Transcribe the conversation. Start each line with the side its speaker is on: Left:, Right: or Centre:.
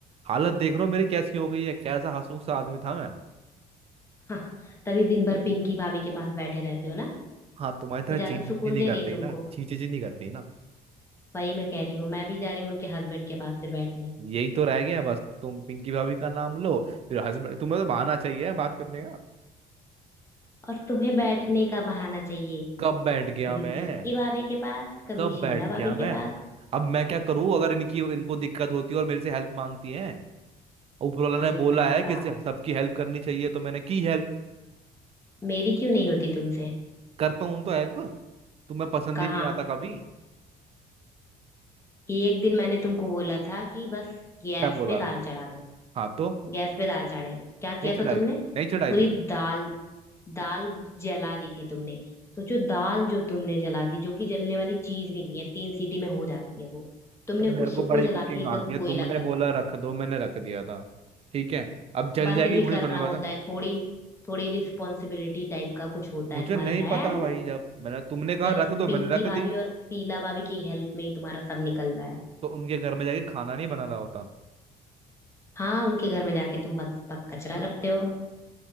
Right: हालत देख रहे हो मेरी कैसी हो गई है कैसा हंसमुख सा आदमी था मैं
Left: हाँ, तभी दिन भर पिंकी भाभी के पास बैठे रहते हो ना
Right: हाँ तुम्हारी तरह
Left: वो ज्यादा
Right: चींची
Left: सुकून
Right: चींची नहीं
Left: दे
Right: करते
Left: रही तुमको
Right: ना चींची चींची नहीं करते ना
Left: वही मैं कह रही हूँ मैं भी जा रही हूँ उनके हस्बैंड के पास फिर बैठने
Right: यही तो रह गया बस तुम पिंकी भाभी का नाम लो फिर हस्बैंड तुम्हें तो बहाना चाहिए बात करने का
Left: और तुम्हें बैठने का बहाना चाहिए
Right: कब बैठ गया
Left: कभी
Right: मैं
Left: पिंकी भाभी के पास कभी
Right: कब
Left: शीला
Right: बैठ
Left: भाभी
Right: गया मैं
Left: के पास
Right: अब मैं क्या करूं अगर इनकी इनको दिक्कत होती है और मेरे से हेल्प मांगती है ऊपर वाला
Left: अरे
Right: ने बोला
Left: भाई
Right: है
Left: साहब
Right: कि से- सबकी हेल्प करनी चाहिए तो मैंने की हेल्प
Left: मेरी क्यों नहीं होती तुमसे
Right: करता हूं तो हेल्प तुम्हें पसंद
Left: कहाँ
Right: ही नहीं आता कभी
Left: एक दिन मैंने तुमको बोला था कि बस गैस
Right: क्या बोला
Left: पे दाल
Right: था
Left: चढ़ा दो
Right: हाँ तो
Left: गैस पे दाल चढ़ाए क्या किया
Right: नहीं चढ़ाई
Left: था तुमने
Right: थी नहीं चढ़ाई
Left: पूरी
Right: थी मैंने
Left: दाल दाल जला दी थी तुमने सोचो दाल जो तुमने जला दी जो कि जलने वाली चीज भी नहीं है तीन सीटी में हो जाती है वो तुमने
Right: तो मेरे
Left: उसको
Right: को बड़ी
Left: जला
Right: कुकिंग
Left: के एकदम
Right: आती है
Left: कोयला
Right: तुमने
Left: कर
Right: बोला
Left: दिया
Right: रख दो मैंने रख दिया था ठीक है अब जल
Left: बंद
Right: जाएगी
Left: भी
Right: मुझे
Left: करना
Right: थोड़ी पता
Left: होता है थोड़ी थोड़ी रिस्पॉन्सिबिलिटी टाइप का कुछ होता
Right: मुझे
Left: है तुम्हारे
Right: नहीं
Left: है
Right: पता
Left: अंदर
Right: भाई जब मैंने तुमने कहा
Left: या बस
Right: रख दो
Left: पिंकी
Right: मैंने रख
Left: भाभी
Right: दी
Left: और शीला भाभी की हेल्प में ही तुम्हारा सब निकल रहा है
Right: तो उनके घर में जाके खाना नहीं बना रहा होता
Left: हाँ उनके घर में जाके तुम बस बस कचरा करते हो